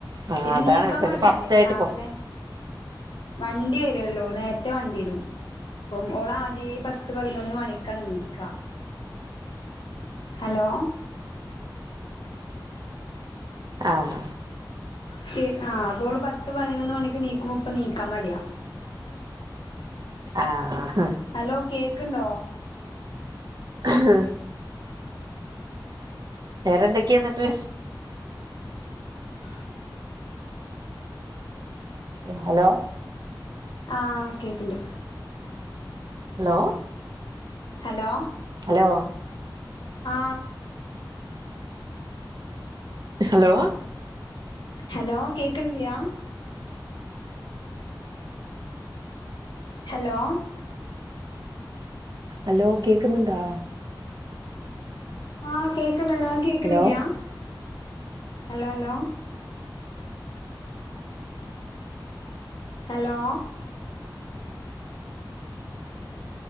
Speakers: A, on the right (about 60°); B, on the left (about 75°).
A: ആ
B: പിന്നെ,
A: അതാണ്
B: നീക്കാൻ,
A: ഇവന്
B: മടിയാണ്,
A: ഫസ്റ്റ് ആയിട്ട്
B: രാവിലെ
A: പോ
B: വണ്ടി, വരുല്ലോ, നേരത്തെ, വണ്ടി, വരും. അപ്പം ഓളാദ്യേ പത്ത് പതിനൊന്ന് മണിക്കാ ണീക്കാ. ഹലോ.
A: ആഹ്.
B: ക്ക്. ആ അപ്പോള് പത്ത് പതിനൊന്ന് മണിക്ക് എണീക്കുമ്പോ ഇപ്പണീക്കാൻ മടിയാ.
A: ആഹ്
B: ഹലോ കേക്ക്ണ്ടോ?
A: ആഹ വേറെന്തൊക്കെയ, എന്നിട്ട്?
B: ആഹ
A: ഹലോ
B: ആഹ് കേക്കിണ്ട്.
A: ഹലോ.
B: ഹലോ
A: ഹലോ
B: ആ
A: ഹലോ
B: ഹലോ കേക്ക്‌ണില്ലാ ഹലോ
A: അലോ കേക്ക്‌ന്ന്ണ്ടാ
B: ആ കേക്ക്‌ണ്ടല്ലോ ങ്ങക്കേക്ണില്ലാ
A: hello
B: hello hello hello